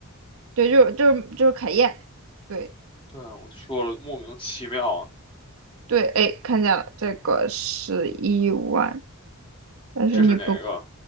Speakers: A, on the right; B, on the left.
A: 对，就就就是凯宴，对
B: 对啊，我就说了，莫名其妙啊，
A: 对，哎，看见了，这个是一万，但是你不，
B: 这是哪个？